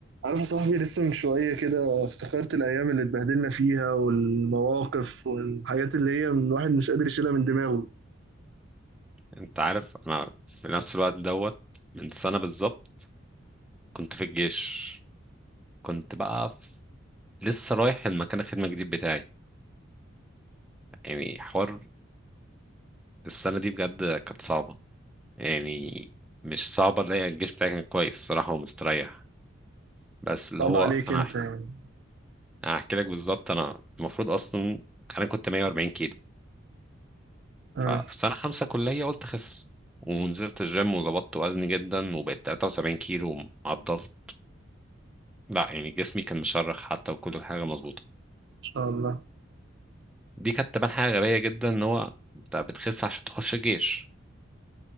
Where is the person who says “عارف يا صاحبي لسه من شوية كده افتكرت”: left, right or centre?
Right